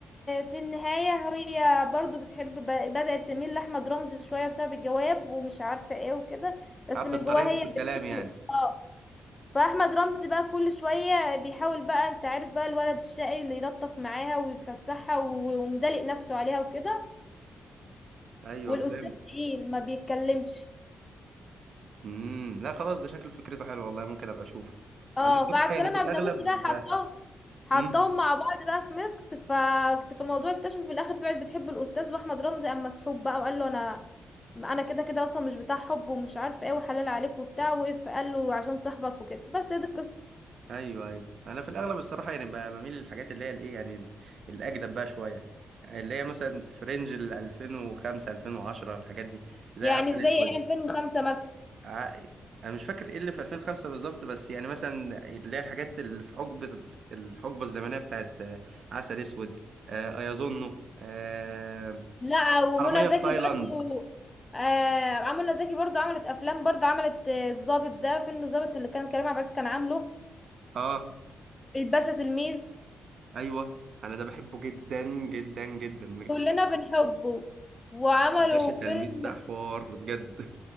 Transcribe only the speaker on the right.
عبت
طريقته
في الكلام
يعني
ايوه
فهمت
امم لا خلاص ده شكل فكرته حلوه والله ممكن ابقى اشوف
انا الصراحه
يعني في الاغلب
امم
ايوه ايوه انا في الاغلب الصراحه يعني ب- بميل للحاجات اللي هي الايه يعني ال- الاجدد بقى شويه اللي هي مثلا في رينج ال 2005 2010 الحاجات دي زي
عسل اسود
ع- انا مش فاكر ايه اللي في 2005 بالظبط بس يعني مثلا اللي هي الحاجات اللي في حقبه الحقبه الزمنيه بتاعت آه، عسل اسود آه، ايظنه آه،
حراميه
في تايلاند
اه
ايوه انا ده بحبه جدا جدا جدا بجد
باشا تلميذ
ده حوار بجد <laughs>